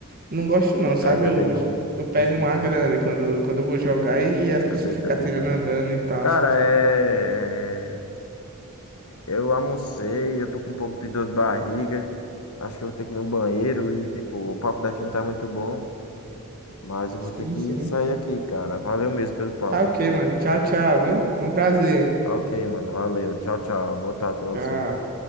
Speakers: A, on the right; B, on the left.
A: não gosto não, sabe?
B: É, também
A: Eu,
B: não
A: eu pego
B: gosto
A: um
B: muito,
A: A grande
B: não.
A: quando, quando eu vou jogar e
B: Eu
A: as
B: também,
A: pessoas ficam
B: também,
A: atirando
B: também.
A: andando e tal,
B: Cara,
A: sabe?
B: é... é, eu almocei, eu tô com um pouco de dor de barriga. Acho que eu vou ter que ir no banheiro e, tipo, o papo da gente tá muito bom, mas eu
A: Sim,
B: vou ter que
A: sim.
B: sair aqui, cara. Valeu mesmo pelo papo.
A: Tá ok, mano. Tchau, tchau, viu? Foi um prazer.
B: Tá Ok, mano, valeu. Tchau, tchau. Boa tarde pra você,
A: Tchau.
B: cara.